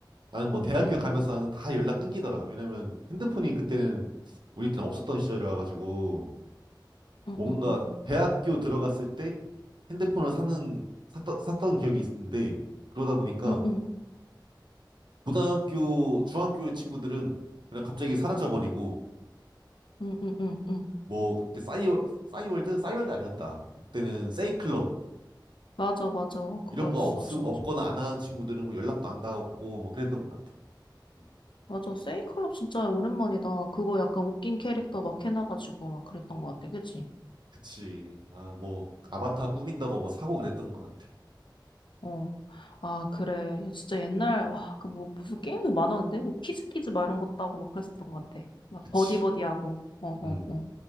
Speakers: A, on the right; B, on the left.
A: 나는 뭐
B: 응,
A: 대학교 가면서 나는 다 연락 끊기더라 왜냐면 핸드폰이 그때는 우리 때는 없었던 시절이라 가지고
B: 응,
A: 뭔가
B: 응, 응,
A: 대학교 들어갔을 때 핸드폰을 사는 샀던, 샀던 기억이 있는데 그러다 보니까
B: 응, 응, 응,
A: 고등학교 중학교 친구들은 그냥 갑자기 사라져 버리고
B: 응, 응, 응. 응.
A: 뭐 그때 싸이월 싸이월드 싸이월드 아니었다 그때는 세이클럽
B: 맞아, 맞아. 그거였어,
A: 이런 거 없
B: 진짜.
A: 없거나 안 하는 친구들은 뭐 연락도 안 닿았고 뭐 그랬던 것 같아 음,
B: 맞아. 세이클럽 진짜 오랜만이다. 그거 약간 웃긴 캐릭터 막 해놔가지고 막 그랬던 것 같아. 그치?
A: 그치 아 뭐 아바타 꾸민다고 뭐 사고 그랬던 것 같아
B: 어. 아, 그래. 야, 진짜 옛날, 와, 그 뭐, 무슨 게임도 많았는데? 뭐, 퀴즈퀴즈 막 이런 것도 하고 막 그랬었던 것 같아. 막
A: 그치
B: 버디버디하고. 어, 어,
A: 음
B: 어.